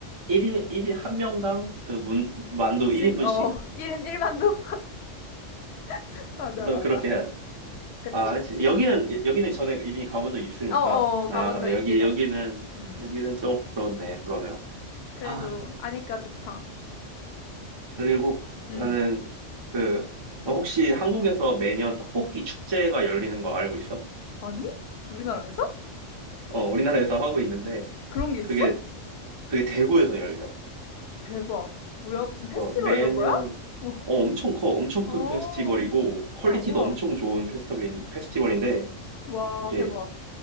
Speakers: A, on the right; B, on the left.
A: 일인 일인 한 명당 그 문, 만두
B: 무침?
A: 1인분씩.
B: 어. <laughs> 1인 1만두? <laughs> 맞아,
A: 우선
B: 맞아.
A: 그렇게 해야 돼.
B: 그치,
A: 아,
B: 그치.
A: 그치. 여기는, 여- 여기는 전에 이미 가본 적이 있으니까.
B: 어어, 가본
A: 아,
B: 적
A: 여기,
B: 있긴 해.
A: 여기는,
B: 음.
A: 여기는 좀 그렇네, 그러면.
B: 그래도
A: 아,
B: 아니까 좋다.
A: 그리고
B: 음.
A: 나는 그 어, 혹시 한국에서 매년 떡볶이 축제가 열리는 거 알고 있어?
B: 아니? 우리나라에서?
A: 어, 우리나라에서 하고 있는데
B: 그런 게 있어?
A: 그게 그게 대구에서 열려.
B: 대박. 뭐야, 무슨
A: 그래서
B: 페스티벌
A: 매년
B: 이런 거야? 어.
A: 어, 엄청 커, 엄청 큰
B: 어.
A: 페스티벌이고 퀄리티도
B: 우와, 우와.
A: 엄청 좋은 페스티벌인 페스티벌인데
B: 와,
A: 이게
B: 대박.